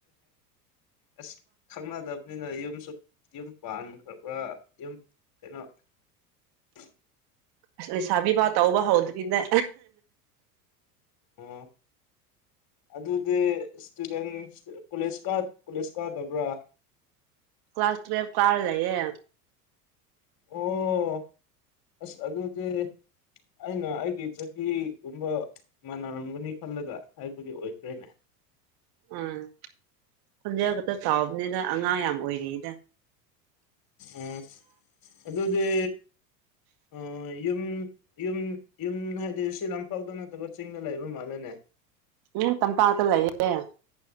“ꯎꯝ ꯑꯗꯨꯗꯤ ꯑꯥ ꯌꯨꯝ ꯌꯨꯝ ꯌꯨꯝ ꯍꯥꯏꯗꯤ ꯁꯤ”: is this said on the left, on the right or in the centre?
Left